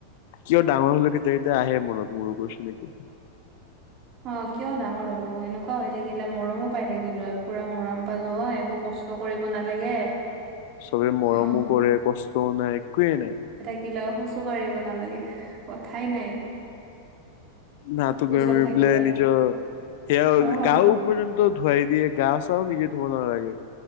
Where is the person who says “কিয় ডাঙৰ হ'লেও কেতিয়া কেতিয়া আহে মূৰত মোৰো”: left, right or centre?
Left